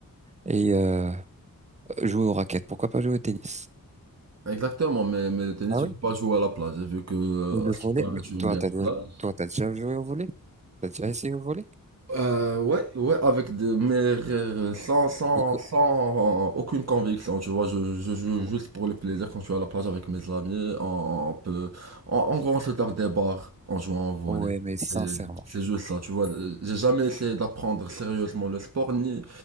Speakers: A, on the right (about 20°); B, on the right (about 50°).
A: Et euh, jouer aux raquettes, pourquoi pas jouer au tennis?
B: Exactement, mais, mais le tennis,
A: Ah
B: tu
A: oui,
B: peux pas jouer à la plage. J'ai vu que, euh,
A: mais le
B: à ce qui
A: volet,
B: paraît,
A: mais
B: tu aimes
A: toi,
B: bien
A: t'as,
B: la
A: déjà-
B: plage.
A: toi, t'as déjà joué au volet? T'as déjà essayé au volet?
B: Euh, ouais, ouais, avec des, mais euh, sans, sans,
A: Parce que-
B: sans euh, aucune conviction, tu vois, je, je joue
A: ou-
B: juste pour le plaisir quand je suis à la plage avec mes amis, on, on peut, en en gros, on se tape des barres en jouant au volley.
A: Ouais, mais
B: C'est,
A: sincèrement,
B: c'est juste ça, tu vois, euh, j'ai jamais essayé d'apprendre sérieusement le sport, ni,